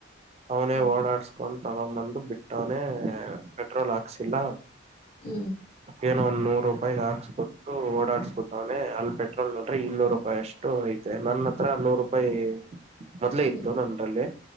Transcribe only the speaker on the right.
ಅವನೇ
ಓಡಾಡ್ಸ ಕೊಂದ ತಗೊಂಬಂದು ಬಿಟ್ಟವನೆ ಪೆಟ್ರೋಲ್ ಹಾಕ್ಸಿಲ್ಲ.
ಏನೋ ಒಂದ ನೂರ ರೂಪಾಯಿದ ಹಾಕ್ಸ್ ಓಡಾಡ್ಸ ಬಿಟ್ಟವ್ನೆ ಅಲ್ಲಿ ಪೆಟ್ರೋಲ್ ನೋಡ್ರೆ ಇನ್ನೂರ ರೂಪಾಯಷ್ಟು ಐತೆ ನನ್ನ ಹತ್ರ ನೂರು ರೂಪಾಯಿ. ಮೊದ್ಲೇ
ಇತ್ತು ನನ್ರಲ್ಲಿ